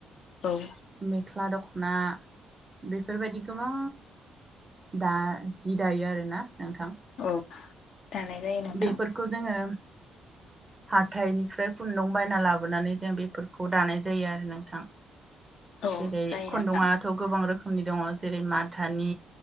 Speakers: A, on the left (about 75°); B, on the right (about 20°).
A: औ
B: मेख्ला दख'ना बेफोरबायदि गोबां दा जि दायो आरोना नोंथां
A: <unintelligible> नोंथां
B: बेफोरखौ जोङो हाथाइनिफ्राय खुन्दुं बायना लाबोनानै जों बेफोरखौ दानाय जायो आरो नोंथां।
A: औ
B: जेरै-
A: जायो
B: खुन्दुङथ'
A: नोंथां
B: गोबां रो खोमनि दङ जेरै- माथानि